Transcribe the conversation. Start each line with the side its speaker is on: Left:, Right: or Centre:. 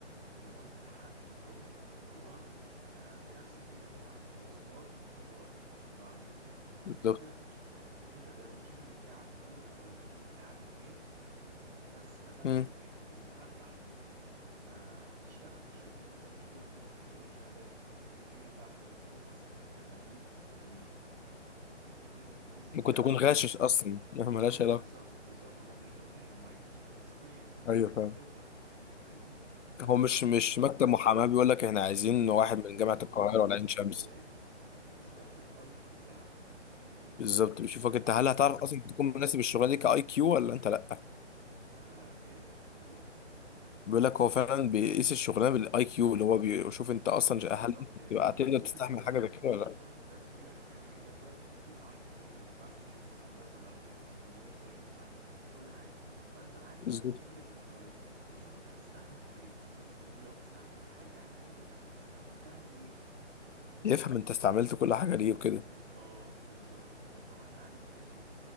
Right: النظام بتاعها النظام اللي هو آه بنفس الفكر بتاعك اللي هو سمارت نوت هارد بمعنى ان
Left: بالظبط
Right: انت مش يعني ان انت لو الجي بي اي بتاعك 4 او الجي بي اي بتاعك 2 بس دخلت
Left: مم.
Right: ونجحت في الامتحان بتاعهم آه هتشتغل في شركه هما مش بياخدوا بشغل شهادات انت ممكن الجي بي بتاعك يكون فور بس لما تيجي في البليسمنت تيست
Left: ممكن
Right: بتاعك
Left: تكون غاشش اصلا
Right: بالظبط
Left: <laughs> ملهاش علاقة
Right: بالظبط بالظبط هما مش ضامنين هما عايزين يشوفوا اكسبيرينس عايزين
Left: ايوه
Right: يشوفوا
Left: فاهم
Right: خبره فاهمني آه
Left: هو مش مش مكتب محاماة بيقول لك احنا عايزين
Right: بالظبط
Left: واحد
Right: هو
Left: من جامعة
Right: هو
Left: القاهرة
Right: بي بيقيس
Left: ولا عين شمس
Right: من الاخر بيقيس من الاخر الاي كيو بتاعك فاهمني
Left: بالظبط بيشوفك
Right: آه
Left: انت
Right: فده
Left: هل هتعرف اصلا تكون مناسب الشغلانة دي كاي كيو ولا انت لا
Right: آه ايه بتقول ايه
Left: بيقول لك هو فعلا بيقيس الشغلانة بالاي كيو اللي هو بيشوف
Right: بالظبط
Left: انت اصلا
Right: بالظبط
Left: هل انت
Right: يعني
Left: هتبقى
Right: هو
Left: هتقدر
Right: بيشوف
Left: تستحمل
Right: ان انت
Left: حاجة زي كده
Right: بيشوف
Left: ولا لا
Right: طريقه تفكيرك يعني انت دلوقتي المفروض معاك البيزكس معاك بيزكس هندسه معاك بيزكس كمبيوتر ساينس معاك كل حاجه فانت معاك دلوقتي
Left: بالظبط.
Right: في ايدك الادوات بيشوفك هتستعمل ايه ولو استعملت حاجه هيقول لك طب استعملتها ليه فاهمني
Left: يفهم انت استعملت كل حاجه ليه وكده
Right: بالظبط بالظبط بالظبط طب انا كان عندي سؤال ليك